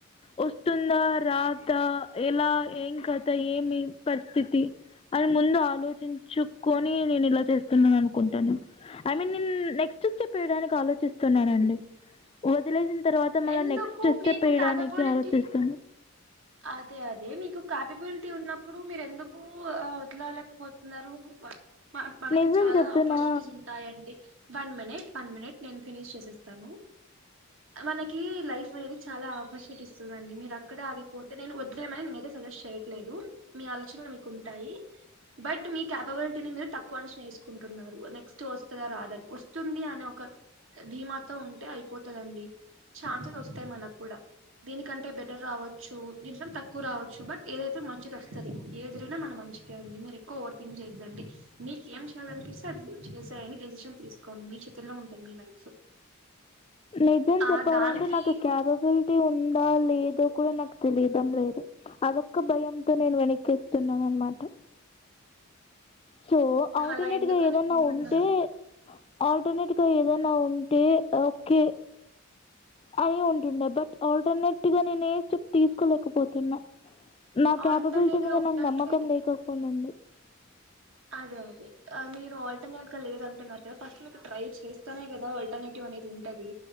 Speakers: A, on the left; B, on the right.
A: వస్తుందా రాతా ఎలా ఏం కథ ఏమి పరిస్థితి అని ముందు ఆలోచించుకొని నేను ఇలా చేస్తున్నాను కుంటాను ఐమీన్ న్ నెక్స్ట్ స్టెప్ వేయడానికి ఆలోచిస్తున్నానండి వదిలేసిన్ తర్వాత మళ్ళా
B: ఎందుకు
A: నెక్స్ట్ స్టెప్
B: మీకు
A: వెయ్యడానికి
B: క్యాపబిలిటీ
A: ఆలోచిస్తాను
B: అదే అదే మీకు క్యాపబిలిటీ ఉన్నప్పుడు మీరు ఎందుకు ఆ వెల్లలేకపోతున్నారు మన్ మనకి మనకి
A: నిజం
B: చాలా
A: చెప్తున్నా
B: ఆపర్చునిటీస్ ఉంటాయండి వన్ మినిట్ వన్ మినిట్ నేను ఫినీష్ చేసేస్తాను మనకి లైఫ్ అనేది చాలా ఆపర్చునిటీస్ ఇస్తుందండి మీరు అక్కడే ఆగి పోతే నేను వద్లేయమని నేనైతే సజెస్ట్ చేయట్లేదు మీ ఆలోచనలు మీకు ఉంటాయి బట్ మీ కాపబిలిటీని మీర్ తక్కువ అంచనా ఏసుకుంటున్నారు నెక్స్ట్ వస్తదా రాదని వస్తుంది అనే ఒక ధీమాతో ఉంటే అయిపోతదండి ఛాన్సెస్ వస్తాయి మనక్కూడా దీనికంటే బెటర్ రావ చ్చు దీనికన్నా తక్కువ రావచ్చు బట్ ఏదైతే మంచిది వస్తది ఏది జరిగినా మన మంచికే అండి మరి ఎక్కువ ఓవర్ థింక్ చేద్దండి మీక ఏం చేయాలనిపిస్తే అది చేసేయండి డెసిషన్ తీసుకోండి మీ చేతుల్లో ఉంటది మీ లైఫ్
A: నిజం
B: ఆ
A: చెప్పాలంటే
B: దానికి
A: నాకు కేపబిలిటీ ఉం దా లేదో కూడా నాకు తెలియటం లేదు అదొక్క భయంతో నేను వెనక్కేస్తున్నాన్ అన్మాట సో ఆల్టర్నేట్గా
B: అలా ఎందుకు
A: ఏదన్నా
B: అనుకుంటున్నారు
A: ఉంటే ఆల్టర్నేట్ గా ఏదైనా ఉంటే ఓక్కే అని ఉంటుండే బట్ ఆల్టర్నేటివ్ గా నేను ఏ స్టెప్ తీసుకోలేకపోతున్నా నా క్యాపబిలిటీ
B: ఆల్టర్నేట్
A: మీద
B: గా ఉన్నట్లే
A: నాకు నమ్మకం లేకోకుండా ఉంది
B: అదే అదే మీరు ఆల్టర్నేట్ గా లేదంటున్నారు కదా ఫస్ట్ మీరు ట్రై చేస్ చేస్తెనే కదా ఆల్టర్నేటివ్ అనేది ఉంటది